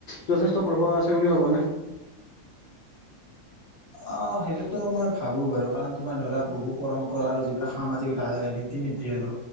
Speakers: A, on the left; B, on the left.
A: যথেষ্ট প্ৰভাৱ আছে বুলি ভাবা নে।
B: অ সেইটোতো মই ভাবোঁ বাৰু কাৰণ তোমাৰ ধৰা বহু পৰম্পৰা আৰু যিবিলাক সামাজিক ৰীতি নীতি। এ আৰু